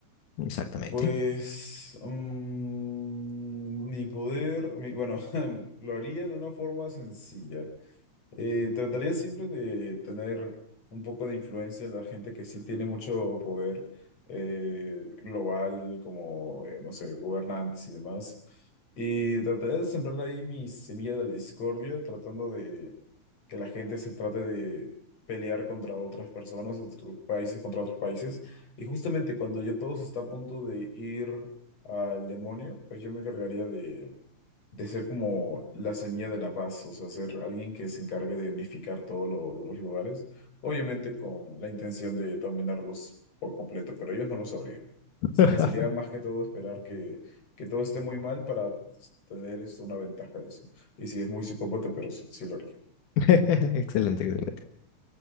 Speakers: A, on the left; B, on the left.
A: exactamente.
B: Pues. mm, mi poder. mi- bueno, <laughs> lo haría de una forma sencilla. Eh, trataría siempre de tener un poco de influencia en la gente que sí tiene mucho poder eh, global, como, eh, no sé, gobernantes y demás. Y trataría de sembrar ahí mi semilla de la discordia, tratando de que la gente se trate de pelear contra otras personas, otros países contra otros países. Y justamente cuando ya todo se está a punto de ir al demonio, pues yo me encargaría de ser como la semilla de la paz, o sea, ser alguien que se encargue de unificar todos lo- los lugares, obviamente con la intención de dominarlos por completo, pero ellos no lo sabrían.
A: <laughs>
B: Así que sería más que todo esperar que, que todo esté muy mal para tener esto, una ventaja de eso. Y si es muy psicópata, pero sí, sí lo haría.
A: Excelente, excelente.